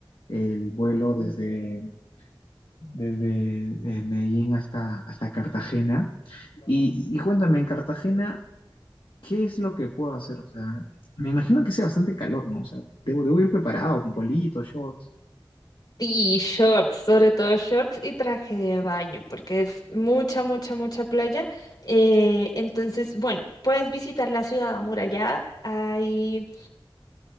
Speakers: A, on the left (about 65°); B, on the left (about 50°).
A: el vuelo desde. desde eh, Medellín hasta, hasta Cartagena. Y, y cuéntame, en Cartagena, ¿qué es lo que puedo hacer? O sea, me imagino que sea bastante calor, ¿no? O sea, debo, debo ir preparado con politos, shorts.
B: Y shorts, sobre todo shorts y traje de baño, porque es mucha, mucha, mucha playa. Eh, entonces, bueno, puedes visitar la ciudad amurallada. Hay